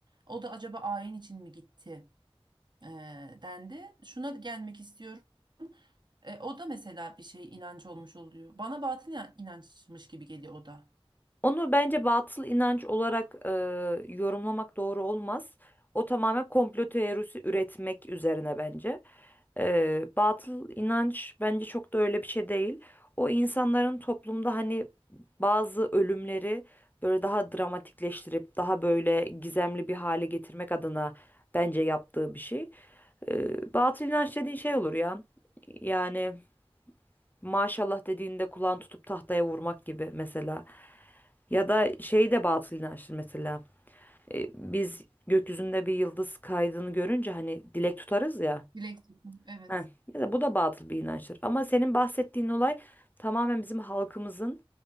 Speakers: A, on the right; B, on the left.
A: O da acaba ayin için mi gitti? e, dendi. Şuna gelmek istiyorum. E, o da mesela bir şey inanç olmuş oluyor. Bana batıl inan- inançmış gibi geliyor o da.
B: Onu bence batıl inanç olarak e, yorumlamak doğru olmaz. O tamamen komplo teorisi üretmek üzerine bence. E, batıl inanç bence çok da öyle bir şey değil. O insanların toplumda hani bazı ölümleri böyle daha dramatikleştirip daha böyle gizemli bir hale getirmek adına bence yaptığı bir şey. E, batıl inanç dediğin şey olur ya. Yani maşallah dediğinde kulağını tutup tahtaya vurmak gibi mesela. Ya da şey de batıl inançtır mesela. E, biz gökyüzünde bir yıldız kaydığını görünce hani dilek tutarız ya.
A: Dilek tutmak. Evet.
B: Heh, ya da bu da batıl bir inançtır. Ama senin bahsettiğin olay tamamen bizim halkımızın